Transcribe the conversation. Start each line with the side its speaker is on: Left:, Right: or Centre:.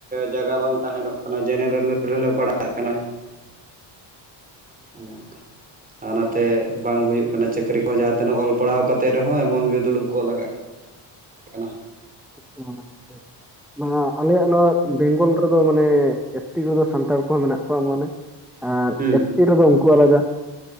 Right: ᱡᱟᱭᱜᱟ ᱵᱟᱝ ᱛᱟᱦᱮᱱᱚᱜ ᱠᱟᱱᱟ ᱡᱮᱱᱟᱨᱮᱞ ᱨᱮᱞᱮ ᱯᱟᱲᱟᱜ ᱠᱟᱱᱟ, <inaudible>
Centre: <unintelligible>
Right: ᱚᱱᱟᱛᱮ ᱵᱟᱝ ᱦᱩᱭᱩᱜ ᱠᱟᱱᱟ ᱪᱟᱹᱠᱨᱤ ᱠᱚ ᱡᱟᱦᱟᱸ ᱛᱤᱱᱟᱹᱜ ᱚᱞ ᱯᱟᱲᱦᱟᱣ ᱠᱟ ᱠᱟᱛᱮᱫ ᱨᱮᱦᱚᱸ ᱮᱢᱚᱱ ᱜᱮ ᱫᱩᱲᱩᱵ ᱠᱚᱜ ᱞᱟᱜᱟᱜ ᱠᱟᱱᱟ ᱠᱟᱱᱟ,
Centre: ᱚ ᱟᱪᱪᱷᱟ, ᱟᱞᱮᱭᱟᱜ ᱱᱚᱣᱟ ᱵᱮᱝᱜᱚᱞ ᱨᱮᱫᱚ ᱢᱟᱱᱮ ᱮᱥ ᱴᱤ ᱠᱚᱫᱟ ᱥᱟᱱᱛᱟᱲ ᱠᱚᱦᱚᱸ ᱢᱮᱱᱟᱜ ᱠᱚᱣᱟ ᱢᱟᱱᱮ, ᱟᱨ
Right: ᱦᱩᱸ
Centre: ᱮᱥ ᱥᱤ ᱨᱮᱫᱚ ᱩᱱᱠᱩ ᱟᱞᱟᱫᱟ